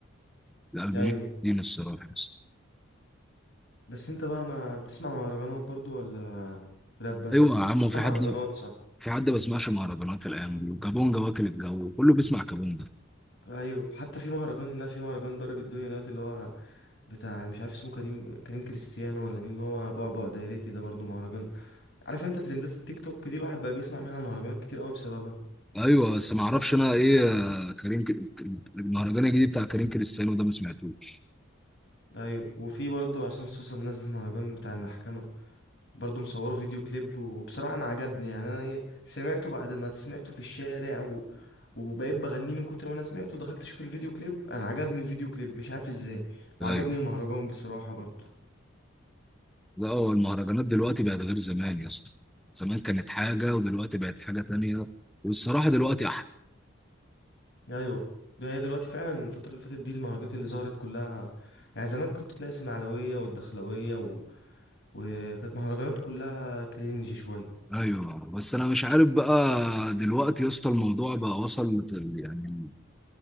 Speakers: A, in the centre; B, on the left (about 55°).
A: الالبومات
B: أيوه
A: دي الصراحه يا اسطى
B: بس أنت بقى ما بتسمع مهرجانات برضه ولا راب بس
A: ايوه
B: أكيد
A: يا عم
B: بتسمع
A: هو في
B: مهرجانات
A: حد
B: صح
A: في حد ما بيسمعش مهرجانات الايام دي وكابونجا واكل الجو كله بيسمع كابونجا
B: أيوه حتى في مهرجان لا في مهرجان ضرب الدنيا دلوقتي اللي هو بتاع مش عارف اسمه كريم كريم كريستيانو ولا مين اللي هو بعبع دايرتي ده برضه مهرجان عارف أنت ترندات التيك توك دي الواحد بقى بيسمع منها مهرجانات كتير أوي بسببها
A: ايوه بس ما اعرفش انا ايه آه، كريم ك... المهرجان الجديد بتاع كريم كريستيانو ده ما سمعتوش
B: ايوه وفي برضو عشان صوصه منزل مهرجان بتاع المحكمه برضو مصوره فيديو كليب وبصراحه انا عجبني يعني انا إيه، سمعته بعد ما سمعته في الشارع و... وبقيت بغنيه من كتر ما انا سمعته دخلت اشوف الفيديو كليب انا عجبني الفيديو كليب مش عارف ازاي وعجبني
A: ايوه
B: المهرجان بصراحه برضو
A: لا هو المهرجانات دلوقتي بقت غير زمان يا اسطى زمان كانت حاجه ودلوقتي بقت حاجه تانية والصراحه دلوقتي احلى
B: ايوه ده هي دلوقتي فعلا الفتره اللي فاتت دي المهرجانات اللي ظهرت كلها يعني زمان كنت تلاقي اسماعيلويه والدخلاويه و... وكانت مهرجانات كلها كرينجي شويه
A: ايوه بس انا مش عارف بقى دلوقتي يا اسطى الموضوع بقى وصل لت- يعني